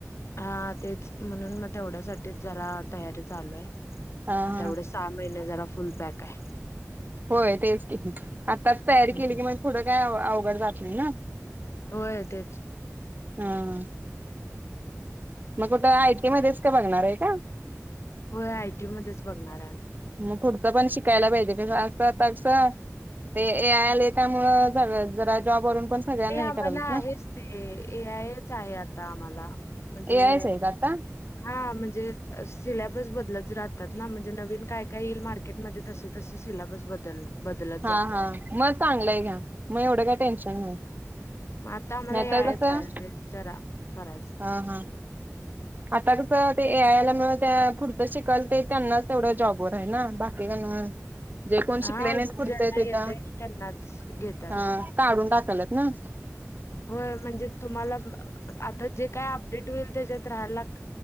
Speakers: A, on the left; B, on the right.
A: हा तेच म्हणून मग तेवढ्यासाठीच जरा तयारी चालू आहे
B: हा
A: आता
B: हा
A: एवढ्या सहा महिने जरा फुल पॅक आहे
B: होय तेच ट आताच तयारी
A: हम्म.
B: केली की मग थोडं काय अवघड जात नाहीय ना
A: होयेतच
B: हम मग कुठं आयटी मध्येच काय बघणार आहे का
A: होय आयटी मध्येच बघणार आहे
B: मग पुढचं पण शिकायला पाहिजे कस तागस ते ए आयल त्यामुळ जरा जॉबवरून पण सगळ्यांना
A: ते आम्हाला
B: हे कराल ना
A: आहेच ते ए आयच आहे आता आम्हाला म्हणजे
B: ए आयच आहे का आता
A: हा म्हणजे सिलेबस बदलत राहतात ना म्हणजे नवीन काय काय येईल मार्क तस तस सिलेबस बदल बदलत
B: हा
A: जातय
B: हा मग चांगलंय घ्या मग एवढं काय टेन्शन नाही.
A: मग आता आम्हाला
B: नाहीतर
A: यायचं
B: कसं
A: आहे ते जरा करायचं.
B: हा हा. आता कसं ते ए आय ला म त्या पुढचं शिकाल ते त्यांनाच तेवढं जॉबवर आहे ना बाकीच्यांना जे कोण
A: हा
B: शिकले नाहीच पुढचं
A: ज्यांना
B: त्याच्या
A: येतय त्यांनाच घेतात
B: आ काढून टाकालत ना.
A: होय म्हणजे तुम्हाला आता जे काय अपडेट होईल त्याच्यात राहायला लाग